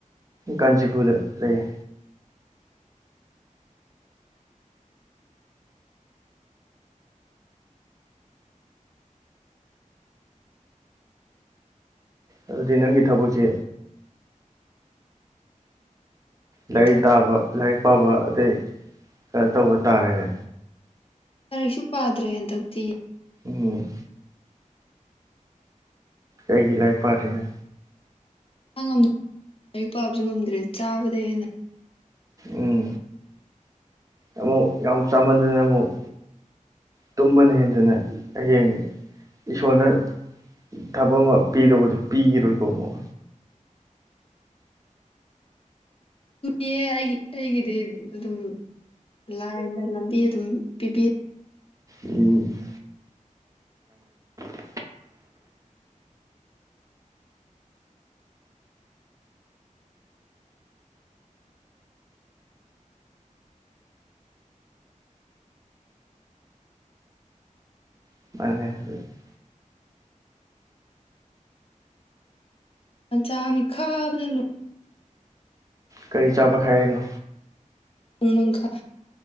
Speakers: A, on the right; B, on the left.
A: ꯀꯥꯟꯆꯤꯄꯨꯔꯗ ꯂꯩꯌꯦ ꯑꯗꯨꯗꯤ ꯅꯪꯒꯤ ꯊꯕꯛꯁꯦ ꯂꯥꯏꯔꯤꯛ
B: ꯑꯩ ꯊꯕꯛ
A: ꯇꯥꯕ ꯂꯥꯏꯔꯤꯛ ꯄꯥꯕ ꯑꯗꯩ ꯈꯩꯅꯣ ꯇꯧꯕ ꯇꯥꯔꯦꯅ
B: ꯂꯥꯢꯔꯤꯛꯁꯨ ꯄꯥꯗ꯭ꯔꯦ ꯍꯟꯗꯛꯇꯤ
A: ꯎꯝ ꯀꯩꯒꯤ ꯂꯥꯏꯔꯤꯛ ꯄꯥꯗ꯭ꯔꯤꯅꯣ
B: ꯏꯁꯥꯉꯝ ꯂꯥꯏꯔꯤꯛ ꯄꯥꯕꯁꯨ ꯉꯝꯗ꯭ꯔꯦ ꯆꯥꯕꯗꯩ ꯍꯦꯟꯅ
A: ꯎꯝ ꯑꯃꯨꯛ ꯌꯥꯝ ꯆꯥꯃꯟꯗꯅ ꯑꯃꯨꯛ ꯇꯨꯝꯕꯅ ꯍꯦꯟꯗꯅ ꯍꯌꯦꯡ ꯏꯁꯣꯔꯅ ꯊꯕꯛ ꯑꯃ ꯄꯤꯔꯕꯗꯨ ꯄꯤꯈꯤꯔꯣꯏꯀꯣ ꯑꯃꯨꯛ
B: ꯌꯦ ꯑꯩꯒꯤ ꯑꯩꯒꯤꯗꯤ ꯑꯗꯨꯝ ꯂꯥꯏꯅ ꯂꯝꯕꯤ ꯑꯗꯨꯝ ꯄꯤꯕꯤ
A: ꯎꯝ <unintelligible> <unintelligible>
B: ꯆꯥꯃꯤ ꯈꯥꯕꯗ ꯂꯣꯏ
A: ꯀꯔꯤ ꯆꯥꯕ ꯈꯥꯏ ꯍꯥꯏꯅꯣ
B: ꯅꯣꯡꯃꯪꯈꯥ